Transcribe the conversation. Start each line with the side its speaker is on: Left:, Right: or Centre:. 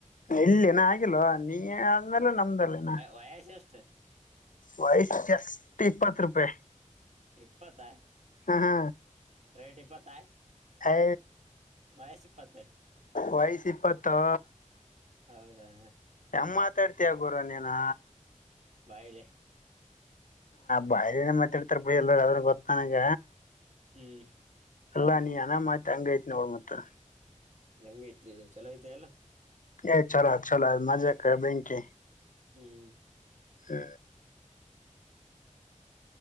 Left: ಎಲ್ಲಿನ ಆಗಿಲ್ವಾ ನೀ ಅಂದಲ್ಲ ನಮ್ದಲ್ಲನ
Right: ವಯಸ್ಸು ಎಷ್ಟು
Left: ವಯಸ್ ಎಷ್ಟ ಇಪ್ಪತ್ತು ರೂಪಾಯಿ.
Right: ಇಪ್ಪತ್ತಾಯ.
Left: ಹಾ ಹಾ.
Right: ರೇಟ್ ಇಪ್ಪತ್ತ.
Left: ಹೇ.
Right: ವಯಸ್ಸ ಇಪ್ಪತ್ತ.
Left: ವಯಸ ಇಪ್ಪತೊ.
Right: ಹೌದಾ.
Left: ನಮ ಮಾತಾಡ್ತಿಯ ಗುರು ನೀನು.
Right: ಬಾಯಲೆ.
Left: ಬಾಯನ ಮಾತಾಡ್ತಾರ ಬ ಎಲ್ಲರ ಅದನ್ ಗೊತ್ತ ನನಗ.
Right: ಹ್ಮ್.
Left: ಅಲ್ಲಾ ನೀ ಅನಾಮ ಮಾತ್ ಹಂಗಐತ್ ನೋಡ್ ಮತ್.
Right: ಹೆಂಗ್ ಐತಿ ಚಲೋ ಐತೆ ಎಲ್ಲ.
Left: ಏ ಚಲ ಚಲ ಮ್ಾ ಕ ಬ್ಯಾಂಕೆ.
Right: ಹ್ಮ್.
Left: ಹ್ಮ.